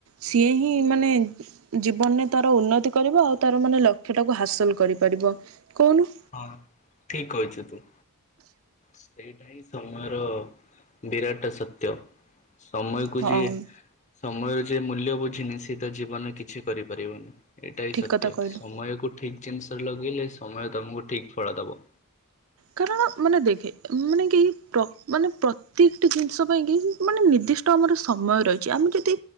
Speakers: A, on the right; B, on the left.
A: ସିଏ ହିଁ ମାନେ ଜୀବନରେ ତାର ଉନ୍ନତି କରିବ ଆଉ ତାର ମାନେ ଲକ୍ଷ୍ୟ ଟାକୁ ହାସଲ କରିପାରିବ କହୁନୁ?
B: ହଁ ଠିକ୍ କହିଛୁ ତୁ। ସେଇଟା ହିଁ ସମୟର ବିରାଟ ସତ୍ୟ। ସମୟକୁ
A: ହଁ
B: ଯିଏ ସମୟ ର ଯେ ମୂଲ୍ୟ ବୁଝିନି ସେ ତା ଜୀବନରେ କିଛି କରିପାରିବନି। ଏଇଟା ହିଁ
A: ଠିକ୍
B: ସତ୍ୟ
A: କଥା କହିଲୁ।
B: ସମୟକୁ ଠିକ ଜିନିଷରେ ଲଗେଇଲେ ସମୟ ତମକୁ ଠିକ ଫଳ ଦବ।
A: କାରଣ ମାନେ ଦେଖେ ମାନେ କି ପ୍ର ମାନେ ପ୍ରତ୍ୟେକଟି ଜିନିଷ ପାଇଁ କିି। ମାନେ ନିର୍ଦ୍ଦିଷ୍ଟ ଆମର ସମୟ ରହିଛି ଆମେ ଯଦି